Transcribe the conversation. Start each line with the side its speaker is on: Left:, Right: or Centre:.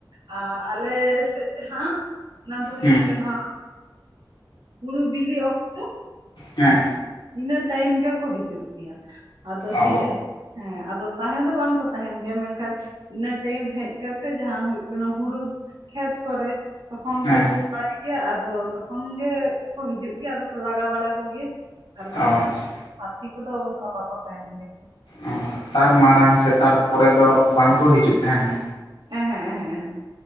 Right: ᱟᱻ ᱟᱞᱮ ᱥᱮᱫ ᱡᱟᱸᱦᱟ ᱚᱱᱟ ᱫᱚ ᱦᱩᱭᱩᱜ
Left: ᱦᱮᱸ
Right: ᱠᱟᱱᱟ ᱦᱩᱲᱩ ᱵᱤᱞᱤ ᱚᱠᱛᱚ᱾
Left: ᱦᱮᱸ
Right: ᱤᱱᱟᱹ ᱴᱟᱭᱤᱢ ᱜᱮᱠᱚ ᱦᱤᱡᱩᱜ ᱜᱮᱭᱟ, ᱟᱫᱚ
Left: ᱚ
Right: ᱦ ᱦᱮᱸ ᱟᱫᱚ ᱛᱟᱦᱮᱸ ᱫᱚ ᱵᱟᱝ ᱠᱚ ᱛᱟᱦᱮᱱ ᱜᱮᱭᱟ ᱢᱮᱱᱠᱷᱟᱱ ᱤᱱᱟᱹ ᱴᱟᱭᱤᱢ ᱦᱮᱡ ᱠᱟᱛᱮᱜ ᱡᱟᱦᱟᱸ ᱦᱩᱭᱩᱜ ᱠᱟᱱᱟ ᱦᱩᱲᱩ ᱠᱷᱮᱛ ᱠᱚᱨᱮ᱾ ᱛᱚᱠᱷᱚᱱ
Left: ᱦᱮᱸ
Right: ᱠᱚ ᱡᱚᱢ ᱵᱟᱲᱟᱭ ᱜᱮᱭᱟ ᱟᱫᱚ ᱛᱚᱠᱷᱚᱱ ᱜᱮᱠᱚ ᱦᱤᱡᱩᱜ ᱜᱮᱭᱟ ᱟᱫᱚ ᱠᱚ ᱞᱟᱜᱟᱣ ᱵᱟᱲᱟ ᱠᱚᱜᱮᱭᱟ᱾ ᱟᱨ ᱵᱟᱝᱠᱷᱟᱱ
Left: ᱚ ᱟᱪᱪᱷᱟ
Right: ᱦᱟᱹᱛᱤ ᱠᱚᱫᱚ ᱚᱱᱠᱟ ᱵᱟᱠᱚ ᱛᱟᱦᱮᱱ ᱜᱮᱭᱟ᱾
Left: ᱚ ᱛᱟᱨ ᱢᱟᱲᱟᱝ ᱥᱮ ᱛᱟᱨᱯᱚᱨᱮ ᱫᱚ ᱵᱟᱝᱠᱚ ᱦᱤᱡᱩᱜ ᱛᱟᱦᱮᱱᱟ?
Right: ᱮᱦᱮᱸ ᱮᱦᱮᱸ ᱮᱦᱮᱸ ᱾